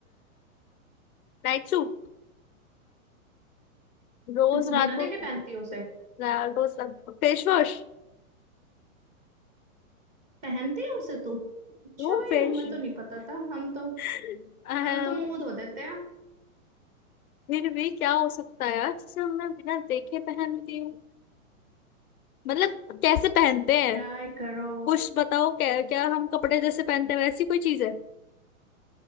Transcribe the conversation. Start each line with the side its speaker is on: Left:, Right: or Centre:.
Left: Night suit रोज
Right: तू
Left: रात
Right: बिना
Left: को
Right: देखे पहनती है उसे
Left: रा- रोज रात को फेस वॉश
Right: पहनती है उसे तू अच्छा
Left: No
Right: भाई
Left: face
Right: हमें तो नहीं पता था हम तो
Left: <laughs>
Right: हम तो मुंह धो देते हैं
Left: फिर भी क्या हो सकता है यार जिसे हमने बिना देखे पहनती हूँ मतलब कैसे पहनते हैं
Right: ट्राई करो
Left: कुछ बताओ क्या क्या हम कपड़े जैसे पहनते हैं वैसी कोई चीज है